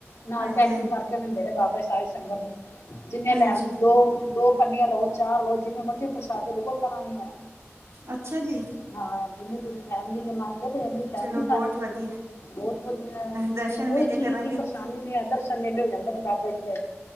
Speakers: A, on the left; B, on the right.
A: ਨਾਲ
B: ਹਾਂਜੀ
A: ਪੈਕਿੰਗ
B: ਹਾਂਜੀ
A: ਕਰਕੇ ਦਿੰਦੇ ਨੇ ਬਾਬਾ ਜ ਸਾਰੀ ਸੰਗਤ ਨੂੰ ਜਿੰਨੇ
B: ਹਾਂਜੀ
A: ਲੈਣਾ ਦੋ ਦੋ ਪੰਨੀਆਂ ਲਓ ਚਾਹ ਲਓ ਜਿਵੇੇ ਮਰਜ਼ੀ ਪ੍ਰਸ਼ਾਦੇ ਲੳ ਮਨਾ ਨੀ ਹੈ
B: ਅੱਛਾ ਜੀ
A: ਹਾਂ ਜਿੰਨੀ ਕੁਛ ਫੈਮਲੀ ਮੰਨ ਕੇ ਐਡੀ ਫੈਮਲੀ
B: ਚਲੋ
A: ਸਾਰੀ
B: ਬਹੁਤ ਵਧੀਆ
A: ਬਹੁਤ ਵਧੀਆ ਐ
B: ਦਰਸ਼ਨ
A: ਕੋਈ
B: ਮੇਲੇ
A: ਚੀਜ਼
B: ਕਰਾਂਗੇ
A: ਦੀ ਪਰੇਸ਼ਾਨੀ ਨੀ ਐ ਦਰਸ਼ਨ ਮੇਲੇ ਹੋ ਜਾਂਦੇ ਨੇ ਬਾਬਾ ਜੀ ਦੇ